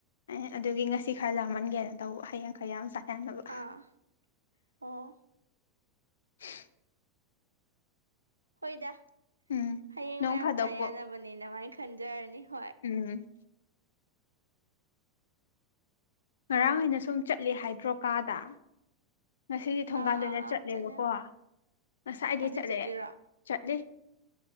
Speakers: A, on the left (about 65°); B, on the right (about 80°).
A: ꯑꯦ ꯑꯗꯨꯒꯤ ꯉꯁꯤ ꯈꯔ ꯂꯥꯝꯃꯟꯒꯦꯅ ꯇꯧꯕ ꯍꯌꯦꯡꯈꯔ ꯌꯥꯝ ꯆꯥꯏ ꯍꯕ
B: ꯑꯥ ꯑꯣ
A: <inaudible>
B: ꯍꯣꯏꯗ
A: ꯎꯝ
B: ꯍꯌꯦꯡ
A: ꯅꯣꯡ
B: ꯃꯌꯥꯝ
A: ꯐꯥꯗꯣꯛꯄꯨ
B: ꯆꯥꯌꯥꯅꯕꯅꯤꯅꯃꯥꯏꯅ ꯈꯟꯖꯔꯅꯤ ꯍꯣꯏ
A: ꯎꯝ ꯉꯔꯥꯡ ꯑꯩꯅ ꯁꯨꯝ ꯆꯠꯂꯤ ꯍꯥꯏꯗ꯭ꯔꯣꯀꯥꯗ ꯉꯁꯤꯗꯤ ꯊꯣꯡꯒꯥꯜꯗ
B: ꯑꯥ ꯑꯥ
A: ꯑꯣꯏꯅ
B: ꯑꯥ
A: ꯆꯠꯂꯦꯕꯀꯣ
B: ꯆꯠꯂꯦ
A: ꯉꯁꯥꯏꯗꯤ
B: ꯍꯧꯖꯤꯛ
A: ꯆꯠꯂꯦ
B: ꯆꯠꯂꯤꯔꯣ
A: ꯆꯠꯂꯤ